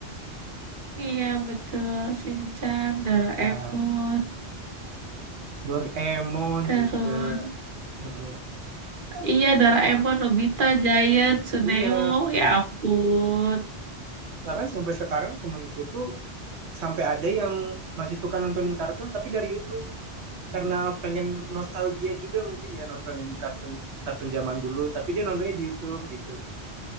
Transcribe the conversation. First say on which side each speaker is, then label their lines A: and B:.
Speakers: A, on the right; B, on the right.
A: Iya betul, Shinchan,
B: Shinchan,
A: Doraemon,
B: Doraemon
A: terus
B: juga. Mm-mm.
A: iya Doraemon,
B: Nah,
A: Nobita, Giant, Suneo,
B: iya.
A: ya ampun.
B: Bahkan sampai sekarang temanku tuh sampai ada yang masih suka nontonin kartun tapi dari YouTube karena pengen nostalgia juga mungkin ya nontonin kartun kartun zaman dulu tapi dia nontonnya di YouTube gitu